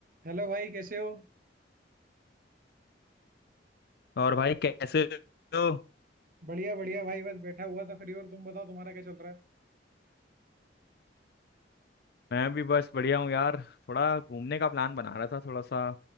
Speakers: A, on the right (about 50°); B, on the left (about 60°).
A: Hello भाई कैसे हो
B: और भाई कैसे हो
A: बढ़िया बढ़िया भाई बस बैठा हुआ था फ्री और तुम बताओ तुम्हारा क्या चल रहा है
B: मैं भी बस बढ़िया हूँ यार थोड़ा घूमने का प्लान बना रहा था थोड़ा सा